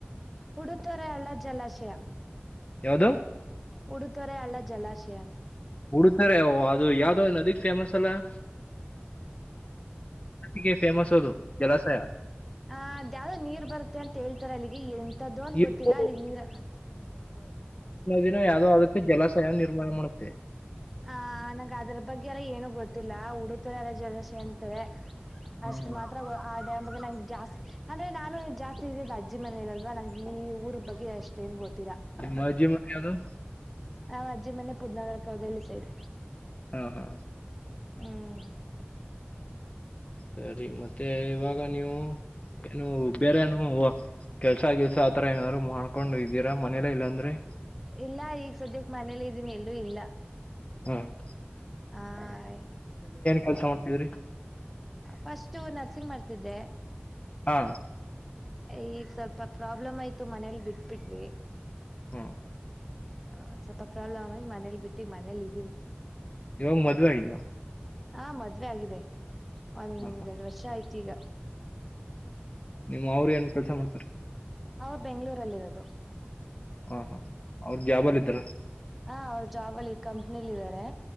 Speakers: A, in the centre; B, on the left (about 30°).
A: ಉಡುುತೊರೆ ಅಲ್ಲಾ ಜಲಾಶಯ. ಹ
B: ಯಾವದು?
A: ಉಡುತರೆ ಅಳ್ಳ ಜಲಾಶಯಂತ.
B: ಉಡುತೋರೆ ಓ ಅದು ಯಾವ್ದೋ ನದಿಗ್ ಫೇಮಸ್ ಅಲ್ಲ <inaudible> ಹೀಗೆ ಫೇಮಸ್ ಅದು. ಜಲಾಶಯ
A: ಹ ಅದ್ ಯಾವ್ದೋ ನೀರ್ ಬರುತ್ತೆ ಅಂತ ಹೇಳ್ತಾರೆ ಅಲ್ಲಿಗೆ. ಈ ಎ ಅದ್ ಒಂದ್
B: ಇರ್ಪು-
A: ಗೊತ್ತಿಲ್ಲ ಅಲ್ಲಿಗ್ ನೀರ
B: ದಿನ ಯಾವುದೋ ಅದಕ್ಕೆ ಜಲಶಯ ನಿರ್ಮಾಣ ಮಾಡುತ್ತೆ.
A: ಹ ನಂಗ್ ಅದ್ರ ಬಗ್ಗೆ ಎಲ್ಲ ಏನು ಗೊತ್ತಿಲ್ಲ ಉಡುತರೆಲ್ಲ ಜಲಸೆ ಅಂತಾರೆ.
B: ಹ್ಮ್.
A: ಅಷ್ಟು ಮಾತ್ರ ಆ ಡ್ಯಾಮ್ ಅದು ನಂಗ್ ಜಾಸ್ ಅಂದ್ರೆ ನಾನು ಜಾಸ್ತಿ ಇದಿದ್ ಅಜ್ಜಿ ಮನೆಲಲ್ವ ನಂಗ್ ಈ ಊರ್ ಬಗ್ಗೆ ಅಷ್ಟೇನ್ ಗೊತ್
B: ನಿಮ್ಮಜ್ಜಿ ಮನ್ ಯಾವ್ದು?
A: ನಮ್ ಅಜ್ಜಿ ಮನೆ ಪುದ್ನನೋಹಳ್ಳಿ ಸೈಡ್.
B: ಹಾ ಹಾ
A: ಹ್ಮ್
B: ಸರಿ ಮತ್ತೆ ಇವಾಗ ನೀವು ಏನು ಬೇರೆ ಏನಾದ್ರು ಕೆಲ್ಸ ಗಿಲ್ಸ ಆತರಾ ಏನಾದ್ರು ಮಾಡ್ಕೊಂಡಿದೀರಾ ಮನೇಲೆ ಇಲ್ಲ ಅಂದ್ರೇ?
A: ಇಲ್ಲ ಈಗ್ ಸದ್ಯಕ್ ಮನೇಲಿದೀನಿ ಎಲ್ಲು ಇಲ್ಲ.
B: ಹೂ <inaudible> <unintelligible>
A: ಆ
B: ಕೆಲ್ಸ ಮಾಡ್ತಿದ್ರಿ
A: ಫಸ್ಟ್ ಎನ್ ನರ್ಸಿಂಗ್ ಮಾಡ್ತಿದ್ದೆ
B: ಹಾ
A: ಈಗ ಸ್ವಲ್ಪ ಪ್ರಾಬ್ಲಮ್ ಆಯ್ತು ಮನೇಲಿ ಬಿಟಬಿಟ್ವಿ.
B: ಹ್ಮ್
A: ಅ ಸ್ವಲ್ಪ ಪ್ರಾಬ್ಲಮ್ ಆಗಿ ಮನೆಲ್ ಬಿಟ್ಟಿ ಮನೇಲಿ.
B: ಇವಾಗ್ ಮದ್ವೆ ಆಗಿಲ್ವ?
A: ಆ ಮದ್ವೆ ಆಗಿದೆ ಒಂದ್
B: ಹಾ ಹಾ
A: ಏರೆಡ್ ವರ್ಷ ಆಯ್ತ್ <inaudible> <unintelligible> ತಿಗ
B: ನಿಮ್ಮೋರು ಏನ್ ಕೆಲಸ ಮಾಡ್ತಾರೆ
A: ಅವ್ರು ಬೆಂಗ್ಳೂರ್ ಅಲ್ಲಿ ಇರೋದು
B: ಹ ಹಾ ಅವ್ರೂ ಜಾಬ್ಅಲ್ಲಿ ಇದ್ರಆ
A: ಹಾ ಅವ್ರು ಜಾಬ್ಅಲ್ಲಿ ಕಂಪ್ನೀಲಿದರೆ